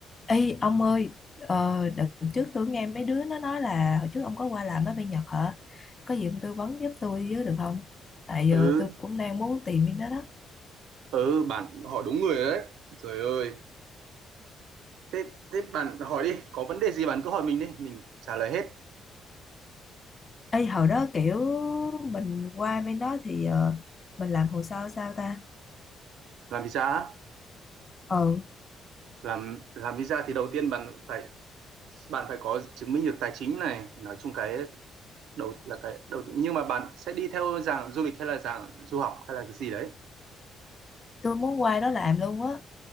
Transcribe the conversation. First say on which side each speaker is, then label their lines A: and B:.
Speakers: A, on the left (about 35°); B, on the right (about 80°).
A: Ê ông ơi, ờ, đợt trước tôi nghe mấy đứa nó nói là hồi trước ông có qua làm ở bên Nhật hả? Có gì ông tư vấn giúp tôi với được không? Tại
B: ừ
A: giờ tôi cũng đang muốn tìm bên đó đó.
B: ừ bạn hỏi đúng người rồi đấy trời ơi thế thế bạn hỏi đi có vấn đề gì bạn cứ hỏi mình đi mình trả lời hết
A: Ê hồi đó kiểu mình qua bên đó thì ờ, mình làm hồ sơ sao ta?
B: làm visa á?
A: Ừ,
B: làm làm visa thì đầu tiên bạn phải bạn phải có chứng minh được tài chính này nói chung cái đầu là cái đầu tiên. nhưng mà bạn sẽ đi theo dạng du lịch hay là dạng du học hay là cái gì đấy
A: tôi muốn qua đó làm luôn á.